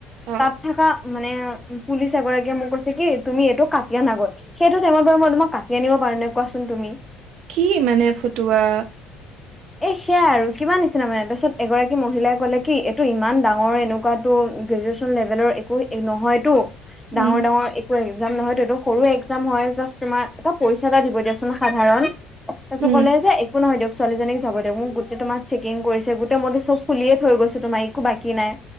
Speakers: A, on the right; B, in the centre.
A: অ
B: তাত থাকা মানে পুলিচ এগৰাকীয়ে মোক কৈছে কি তুমি এইটো কাটি আনাগৈ সেইটো টাইমত বাৰু মই তোমাক কাটি আনিব পাৰো নে কোৱাচোন তুমি
A: কি মানে ফটুৱা।
B: এ সেয়াই আৰু কিমান নিচিনা মানে তাৰপিছত এগৰাকী মহিলাই কলে কি এইটো ইমান ডাঙৰ এনেকুৱাতো গেজুৱেছন লেভেলৰ একো নহয়তো ডাঙৰ
A: উম
B: ডাঙৰ একো নহয়টো সৰু একজাম হয় জাষ্ট তোমাৰ এটা পইচা এটা দিব দিয়াচোন সাধাৰণ। তাৰপিছত
A: উম
B: ক'লে যে একো নহয় দিয়ক ছোৱালীজনীক যাব দে মোক গোটেই তোমাৰ চেকিং কৰিছে গোটেই মইটো খুলিয়ে থৈ গৈছোঁ তোমাৰ একো বাকী নাই।